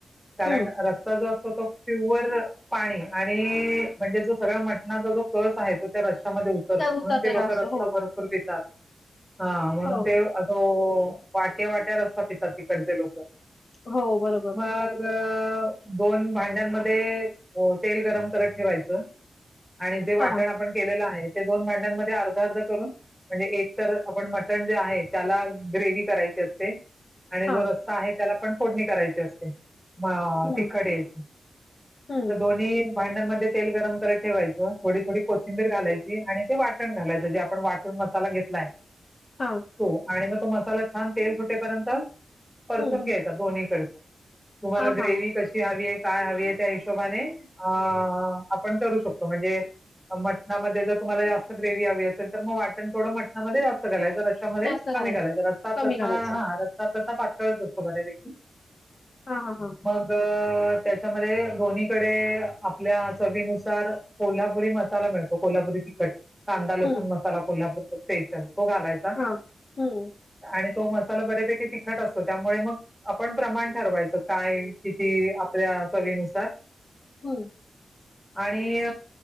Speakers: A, in the centre; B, on the left.
A: कारण
B: हं.
A: रस्सा जो असतो तो प्युअर पाणी आणि म्हणजे जो सगळ्या मटणाचा जो कस आहे तो त्या रश्यामध्येत
B: तर
A: म्हणून
B: उतरलेला
A: ते लोक
B: असतो.
A: रस्ता
B: हो.
A: भरपूर देतात, हा म्हणून
B: हो.
A: ते अस वाट ते वाट्यार असतात तिथं तिकडचे लोक.
B: हो बरोबर.
A: मग दोन भांड्यांमध्ये तेल गरम करत ठेवायचं. आणि जे वाटण
B: हां.
A: आपण केलेलं आहे, ते दोन भांड्यांमध्ये अर्ध अर्ध करून- म्हणजे एक तर आपण मटण जे आहे त्याला ग्रेव्ही करायची असते. आणि
B: हां.
A: जो रस्सा आहे त्याला पण फोडणी करायची असते. ममम
B: हं.
A: तिखट ह्यची
B: हं.
A: त दोन्ही भांड्यांमध्ये तेल गरम करत ठेवायचं थोडी थोडी कोथिंबीर घालायची आणि ते वाटण घालायचं जे आपण वाटून मसाला घेतला आहे
B: हां.
A: तो आणि मग तो मसाला छान तेल सुटेपर्यंत परतून
B: हं.
A: घ्यायचा दोन्हीकड, तुम्हाला
B: हां,
A: ग्रेवी
B: हां.
A: कशी किती हवी आहे काय हवी आहे त्या हिशोबाने, अअअ आपण करू शकतो म्हणजे मटणामध्ये जर तुम्हाला जास्त ग्रेवी हवी असेल तर मग वाटण थोडं मटणामध्ये जास्त घालायच रश् त्याच्यामध्ये
B: जास्त
A: कमी घालायचं रस्सा
B: कमी
A: तसा,
B: घालायचं.
A: हां रस्सा तसा पातळच असतो बऱ्यापैकी.
B: हां हां हां
A: अअअ त्याच्यामध्ये दोन्हीकडे आपल्या चवीनुसार कोल्हापुरी मसाला मिळतो, कोल्हापुरी तिखट. कांदा लसूण
B: हं.
A: मसाला कोल्हापूरचा स्पेशल तो घालायचा,
B: हां. हं.
A: आणि तो मसाला बऱ्यापैकी तिखट असतो, त्यामुळे मग आपण प्रमाण ठरवायचं काय किती, आपल्या चवीनुसार
B: हं.
A: आणि